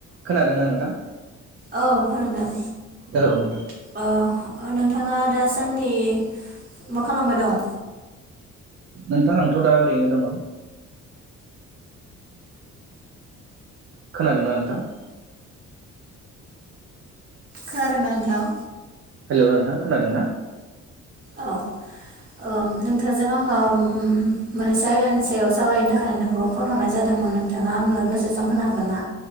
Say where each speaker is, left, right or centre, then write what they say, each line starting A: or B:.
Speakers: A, on the right; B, on the right.
A: खोनादोंना नोंथां?
B: औ खोनादों
A: औ नोंथां
B: अ नोंथाङा दा सान्दि मा खालामबाय दं?
A: नोंथां आंथ' दा ओरैनो दङ। खोनादोंना नोंथां?
B: खोनादोंना नोंथां?
A: हेलौ नोंथां खोनादों ना?
B: औ औ नोंथांजों आङो मोनसे आयदानि सायाव सावरायनो थाखाय नोंथांखौ फन हरनाय जादोंमोन नोंथाङा आंनो दसे होनो हागोन ना?